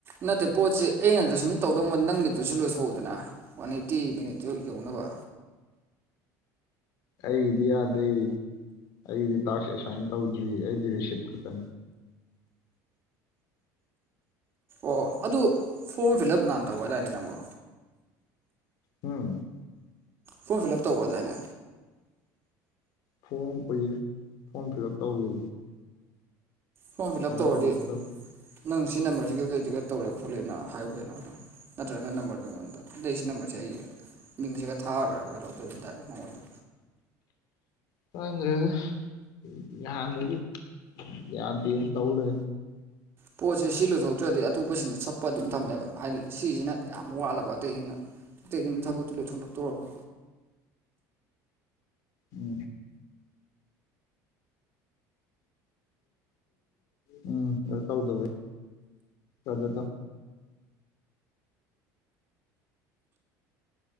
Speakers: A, on the right; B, on the left.
A: ꯅꯠꯇꯦ ꯄꯣꯠꯁꯦ ꯑꯩꯅꯗ ꯁꯨꯝ ꯇꯧꯗꯧꯕ ꯅꯪꯒꯤꯗꯨꯁꯨ ꯂꯣꯏꯊꯣꯛꯎꯨꯗꯅ ꯋꯥꯟ ꯑꯦꯠꯇꯤ ꯃꯤꯅꯤꯠꯇꯨ ꯌꯧꯅꯕ
B: ꯑꯩꯒꯤꯗꯤ ꯌꯥꯗꯦ ꯑꯩꯗꯤ ꯇꯥꯛꯁ ꯑꯦꯁꯥꯏꯟ ꯇꯧꯗ꯭ꯔꯤ ꯑꯩꯗꯤ ꯔꯤꯁꯤꯞ ꯈꯛꯇꯅꯤ
A: ꯑꯣ ꯑꯗꯨ ꯐꯣꯔꯝ ꯐꯤꯜ ꯎꯞ ꯅꯥꯍꯥꯜ ꯇꯧꯒꯔꯗꯥꯢꯅꯦ ꯅꯪꯕꯣ
B: ꯎꯝ
A: ꯐꯣꯝ ꯐꯤꯂ ꯎꯞ ꯇꯧꯒ꯭ꯔꯥꯗꯥꯏꯅꯦ
B: ꯐꯣꯝ ꯀꯨꯏꯔꯦ ꯐꯣꯝ ꯐꯤꯜ ꯎꯞ ꯇꯧꯈꯤꯕꯗꯤ
A: ꯐꯣꯝ ꯐꯤꯜ
B: ꯑꯦꯁꯥꯏꯟ
A: ꯑꯞ ꯇꯧꯔꯗꯤ
B: ꯇꯧꯔꯛꯇꯕ
A: ꯅꯪ ꯁꯤ ꯅꯝꯕꯔꯁꯤꯒ ꯀꯩꯀꯩꯅꯣꯒ ꯇꯧꯔꯦ ꯈꯣꯠꯂꯦꯅ ꯍꯥꯏꯌꯨꯒꯩꯅꯣ ꯑꯗꯨꯝ ꯅꯠꯇ꯭ꯔ ꯅ ꯅꯝꯕꯔ ꯗꯣ ꯁꯤ ꯂꯩ ꯅꯝꯕꯔꯁꯦ ꯑꯩ ꯃꯤꯡꯁꯤꯒ ꯊꯥꯈ꯭ꯔꯒ ꯑꯗꯨ ꯑꯗꯨꯝꯗꯥꯏ ꯃꯉꯣꯟꯗ
B: ꯈꯪꯈ꯭ꯔꯦꯗ ꯅꯍꯥꯟꯗꯒꯤ ꯌꯥꯗꯦꯅ ꯇꯧ ꯂꯩ
A: ꯄꯣꯠꯁꯦ ꯁꯤ ꯂꯣꯏꯊꯣꯛꯇ꯭ꯔꯗꯤ ꯑꯇꯣꯞꯄꯁꯤꯡꯗꯣ ꯆꯠꯄ ꯑꯗꯨꯝ ꯊꯝꯃꯦꯕ ꯍꯥꯏꯗꯤ ꯁꯤꯁꯤꯅ ꯌꯥꯝ ꯋꯥꯠꯂꯕ ꯑꯇꯩꯁꯤꯡꯅ ꯑꯇꯩꯁꯤꯅ ꯊꯕꯛꯛꯇꯣ ꯂꯣꯢꯊꯣꯛꯅꯕ ꯇꯧꯔꯕ
B: ꯎꯝ ꯎꯝ ꯑꯗ ꯇꯧꯗꯕꯩ ꯑꯗ ꯇꯧ